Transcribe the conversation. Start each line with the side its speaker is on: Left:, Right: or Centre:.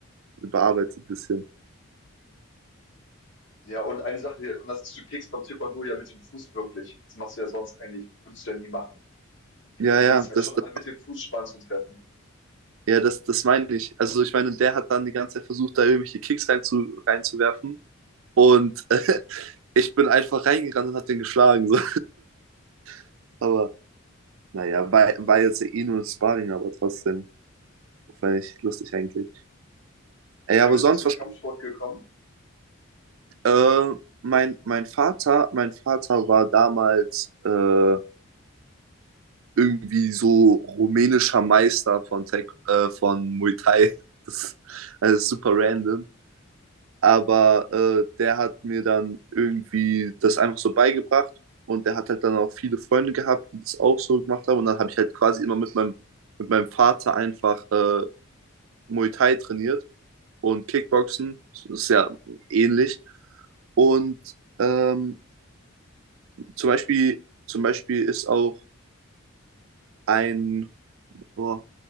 Right: bearbeitet ein bisschen.
Left: Ja, und eine Sache, die anders ist, du kickst beim Taekwondo ja mit dem Fuß wirklich. Das machst du ja sonst eigentlich, würdest du ja nie machen. Du
Right: Ja,
Left: gewöhnst
Right: ja,
Left: ja
Right: das,
Left: schon
Right: das,
Left: an, mit dem Fuß Spann zu treffen.
Right: ja, das, das meine ich. Also ich meine, der hat dann die ganze Zeit versucht, da irgendwelche Kicks rein zu, reinzuwerfen. Und äh, <laughs> ich bin einfach reingerannt und habe den geschlagen. So. <laughs> Aber Naja, war, war jetzt ja eh nur ein Sparring, aber trotzdem fand ich lustig eigentlich. Ja,
Left: Wie
Right: aber
Left: bist
Right: sonst
Left: du zum
Right: was.
Left: Kampfsport gekommen?
Right: Äh, mein, mein Vater, mein Vater war damals äh, irgendwie so rumänischer Meister von, Taek- äh, von Muay Thai. <laughs> Das, das super random. Aber äh, der hat mir dann irgendwie das einfach so beigebracht und der hat halt dann auch viele Freunde gehabt, die das auch so gemacht haben. Und dann habe ich halt quasi immer mit meinem, mit meinem Vater einfach äh, Muay Thai trainiert. und Kickboxen. Das ist ja ähnlich. Und ähm, zum Beispiel, zum Beispiel ist auch ein, oh,